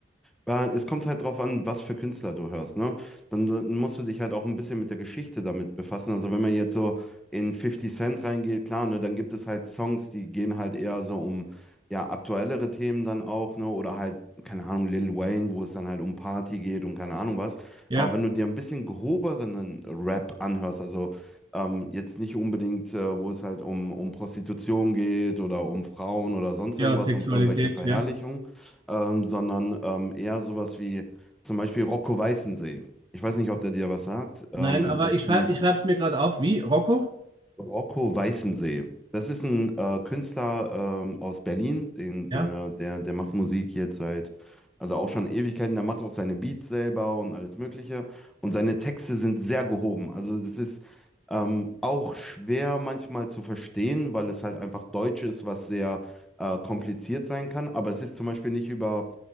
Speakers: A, in the centre; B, on the right.
A: Weil es kommt halt drauf an, was für Künstler du hörst, ne? Dann äh, musst du dich halt auch ein bisschen mit der Geschichte damit befassen. Also wenn man jetzt so in Fifty Cent reingeht, klar, ne, dann gibt es halt Songs, die gehen halt eher so um ja aktuellere Themen dann auch, ne? Oder halt, keine Ahnung, Lil Wayne, wo es dann halt um Party geht und keine Ahnung was.
B: Ja,
A: Aber wenn du dir ein bisschen gehobenen Rap anhörst, also ähm, jetzt nicht unbedingt, äh, wo es halt um, um Prostitution geht oder um Frauen oder sonst
B: ja,
A: irgendwas,
B: Sexualität,
A: um irgendwelche Verherrlichungen,
B: ja.
A: ähm, sondern ähm, eher sowas wie zum Beispiel Rocco Weißensee. Ich weiß nicht, ob der dir was sagt. Ähm,
B: Nein, aber
A: das
B: ich
A: ist
B: schreibe,
A: ein
B: ich schreibe es mir gerade auf, wie Rocco,
A: Rocco Weißensee. Das ist ein äh, Künstler ähm, aus Berlin, den,
B: ja,
A: der, der, der macht Musik jetzt seit, also auch schon Ewigkeiten. Der macht auch seine Beats selber und alles Mögliche. Und seine Texte sind sehr gehoben. Also das ist ähm, auch schwer manchmal zu verstehen, weil es halt einfach Deutsch ist, was sehr äh, kompliziert sein kann. Aber es ist zum Beispiel nicht über,